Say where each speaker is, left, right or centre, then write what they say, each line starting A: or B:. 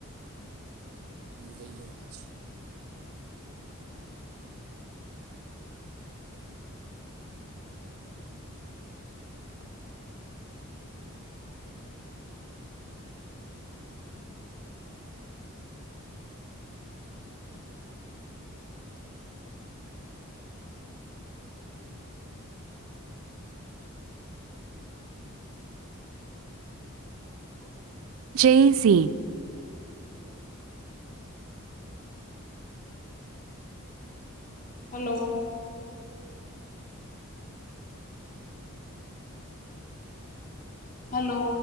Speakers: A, on the right; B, on the left.
A: ਗਈਏ ਬਾਦ
B: ਹਨਨੂੰ
A: ਜੇ ਸੀ
B: ਹੈਲੋ ਹੈਲੋ